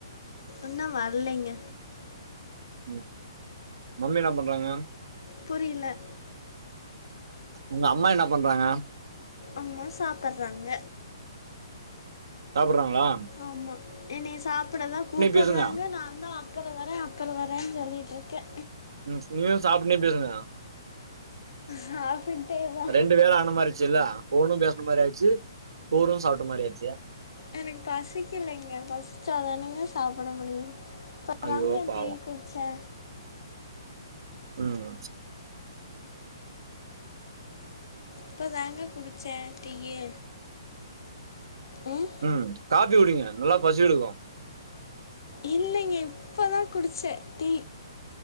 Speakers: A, on the left; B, on the right.
A: இன்னு வரலைங்க
B: ம், மம்மி என்ன பண்றாங்க
A: புரில
B: உங்க அம்மா என்ன பண்றாங்க
A: அம்மா சாப்பிட்றாங்க
B: சாப்ட்றாங்களா?
A: ஆமா, என்னைய சாப்டதா கூப்புட்றாங்க
B: பேசுங்க
A: நான்தா அப் பற வரே அப்பற வரேன்னு சொல்லிட்டு இருக்கே
B: ம், நீங்களு சாப்ட்டுனே பேசுங்க
A: சாப்பிட்டே வா
B: ரெண்டு வேல ஆன மாரியா ச்சில்ல ஃபோனு பேசின மாரி ஆயிடிச்சு சோறு சாப்பிட்ட மாரி ஆயிடுச்சு
A: எனக்கு பசிக்கலைங்க பசிச்சாதானங்க சாப்ட முடியு இப்பதாங்க
B: ஐயோ பாவோ
A: டீ குடிச்சே
B: ம்
A: இப்பதாங்க குடிச்சே டீய்யி, ம்
B: ம் காப்பி குடிங்க நல்லா பசி எடுக்கு
A: இல்லைங்க இப்பதா குடிச்சே, டீ